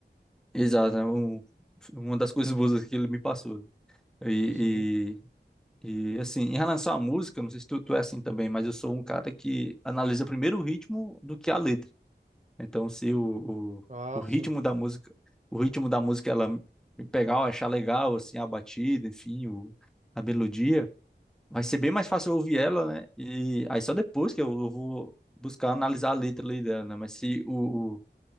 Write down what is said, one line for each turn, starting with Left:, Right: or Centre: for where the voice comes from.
Centre: Exato, é um- uma das coisas boas que ele me passou. E,
Right: Sim.
Centre: e, e, assim, em relação à música, não sei se tu, tu é assim também, mas eu sou um cara que analisa primeiro o ritmo do que a letra. Então, se o, o,
Right: Ah,
Centre: o ritmo
Right: sim.
Centre: da música, o ritmo da música ela me pegar, eu achar legal, assim, a batida, enfim, o, a melodia vai ser bem mais fácil eu ouvir ela, né? E aí só depois que eu, eu vou buscar analisar a letra ali dela, né? Mas se o, o-